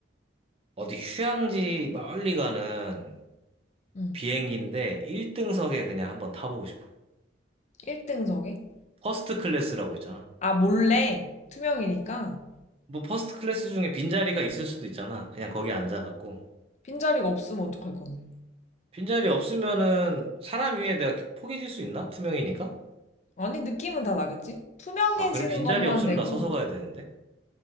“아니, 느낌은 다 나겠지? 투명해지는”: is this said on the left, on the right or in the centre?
Left